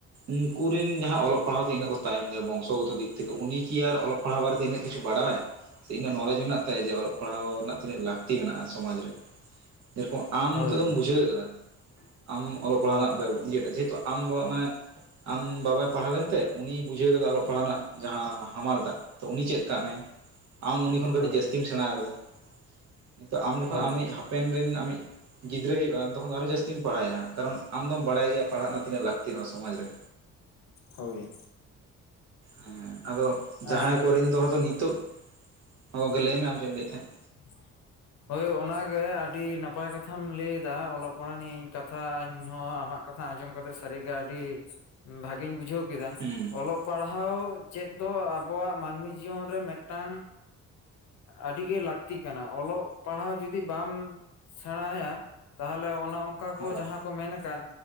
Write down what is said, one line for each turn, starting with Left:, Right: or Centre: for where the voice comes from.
Right: ᱩᱱᱠ ᱨᱮᱱ ᱡᱟᱦᱟᱸᱭ ᱚᱞᱚᱜ ᱯᱟᱲᱦᱟᱣ ᱛᱮ ᱤᱱᱟᱹᱜ ᱠᱚ ᱛᱟᱭᱚᱢ ᱜᱮᱭᱟ ᱵᱚᱝᱥᱚᱜᱚᱛᱚ ᱫᱤᱠ ᱛᱷᱮᱠᱮ ᱩᱱᱤ ᱠᱤ ᱟᱨ ᱚᱞᱚᱜ ᱯᱟᱲᱦᱟᱣ ᱨᱮ ᱫᱚ ᱤᱱᱟᱜ ᱠᱤᱪᱷᱩ ᱵᱟᱲᱟᱭ᱾ ᱤᱧᱹᱟᱜ ᱱᱚᱞᱮᱡᱽ ᱢᱮᱱᱟᱜ ᱛᱟᱭᱟ ᱡᱮ ᱚᱞᱚᱜ ᱯᱟᱲᱦᱟᱣ ᱨᱮᱱᱟᱜ ᱛᱤᱱᱟᱹᱜ ᱞᱟᱹᱠᱛᱤ ᱢᱮᱱᱟᱜᱼᱟ ᱥᱚᱢᱟᱡᱽ ᱨᱮ᱾ ᱡᱮᱨᱚᱠᱚᱢ ᱟᱢ
Left: ᱦᱳᱭ
Right: ᱱᱤᱛᱚᱜ ᱫᱚᱢ ᱵᱩᱡᱷᱟᱹᱣ ᱟᱠᱟᱫᱟ ᱟᱢ ᱚᱞᱚᱜ ᱯᱟᱲᱦᱟᱜ
Left: ᱦᱳᱭ
Right: ᱨᱮᱱᱟᱜ ᱡᱮᱦᱮᱛᱩ᱾ ᱟᱢᱵᱟᱣᱟ ᱢᱟᱱᱮ ᱟᱢ ᱵᱟᱵᱟᱭ ᱯᱟᱲᱦᱟᱣ ᱞᱮᱱᱛᱮ ᱩᱱᱤᱭ ᱵᱩᱡᱷᱟᱹᱣ ᱠᱟᱫᱟ ᱚᱞᱚᱜ ᱯᱟᱲᱦᱟᱣ ᱨᱮᱱᱟᱜ ᱡᱟᱦᱟᱸ ᱦᱟᱢᱟᱞ ᱴᱟᱜ᱾ ᱛᱚ ᱩᱱᱤ ᱪᱮᱫ ᱠᱟᱜ ᱢᱮ ᱟᱢ ᱩᱱᱤ ᱠᱷᱚᱱ ᱠᱟᱹᱴᱤᱡ
Left: ᱦᱳᱭ
Right: ᱡᱟᱹᱥᱛᱤᱢ ᱥᱮᱬᱟ ᱟᱠᱟᱫᱟ᱾ ᱱᱤᱛᱚᱜ ᱟᱢ ᱡᱚᱠᱷᱚᱱ
Left: ᱦᱳᱭ
Right: ᱟᱢᱤᱡ ᱦᱟᱯᱮᱱ ᱨᱮᱱ ᱟᱢᱤᱡ ᱜᱤᱫᱽᱨᱟᱹ ᱦᱩᱭᱩᱜᱼᱟ ᱛᱚᱠᱷᱚᱱ ᱟᱨᱚ ᱡᱟᱹᱥᱛᱤᱢ ᱯᱟᱲᱦᱟᱣ ᱮᱭᱟ ᱠᱟᱨᱚᱱ ᱟᱢ ᱫᱚᱢ ᱵᱟᱲᱟᱭ ᱜᱮᱭᱟ ᱯᱟᱲᱦᱟᱜ ᱨᱮᱱᱟᱜ ᱛᱤᱱᱟᱹᱜ ᱞᱟᱹᱠᱛᱤᱜ ᱱᱚᱣᱟ ᱥᱚᱢᱟᱡᱽ ᱨᱮ
Left: ᱦᱳᱭ
Right: ᱦᱮᱸ ᱟᱫᱚ
Left: ᱟᱨ
Right: ᱡᱟᱦᱟᱸᱭ ᱠᱚᱨᱮᱱ ᱫᱚ ᱦᱚᱲᱫᱚ ᱱᱤᱛᱚᱜ ᱦᱮᱸ ᱜᱚᱢᱠᱮ ᱞᱟᱹᱭ ᱢᱮ ᱟᱢ ᱪᱮᱫ ᱮᱢ ᱞᱟᱹᱭᱮᱫ ᱛᱟᱦᱮᱸᱫ
Left: <unintelligible> ᱦᱳᱭ ᱚᱱᱟᱜᱮ ᱟᱹᱰᱤ ᱱᱟᱯᱟᱭ ᱠᱟᱛᱷᱟᱢ ᱞᱟᱹᱭᱮᱫᱟ ᱚᱞᱚᱜ ᱯᱟᱲᱦᱟᱜ ᱱᱤᱭᱟᱹ ᱠᱟᱛᱷᱟ ᱤᱧ ᱦᱚᱸ ᱟᱢᱟᱜ ᱠᱟᱛᱷᱟ ᱟᱸᱡᱚᱢ ᱠᱟᱛᱮᱜ ᱥᱟᱹᱨᱤᱜᱮ ᱟᱹᱰᱤ ᱵᱷᱟᱹᱜᱤᱧ ᱵᱩᱡᱷᱟᱹᱣ ᱠᱮᱫᱟ
Right: ᱦᱩᱸ
Left: ᱚᱞᱚᱜ ᱯᱟᱲᱦᱟᱣ ᱪᱮᱫ ᱫᱚ ᱟᱵᱚᱣᱟᱜ ᱢᱟᱹᱱᱢᱤ ᱡᱤᱭᱚᱱ ᱨᱮ ᱢᱤᱫᱴᱟᱝ ᱟᱹᱰᱤ ᱜᱮ ᱞᱟᱹᱠᱛᱤ ᱞᱟᱹᱠᱛᱤ ᱠᱟᱱᱟ ᱚᱞᱚᱜ ᱯᱟᱲᱦᱟᱣ ᱡᱩᱫᱤ ᱵᱟᱢ ᱥᱮᱬᱟᱭᱟ ᱛᱟᱦᱚᱞᱮ ᱚᱱᱟ ᱚᱠᱟ ᱠᱚ
Right: ᱦᱳᱭ
Left: ᱡᱟᱦᱟᱸ ᱠᱚ ᱢᱮᱱ ᱟᱠᱟᱫ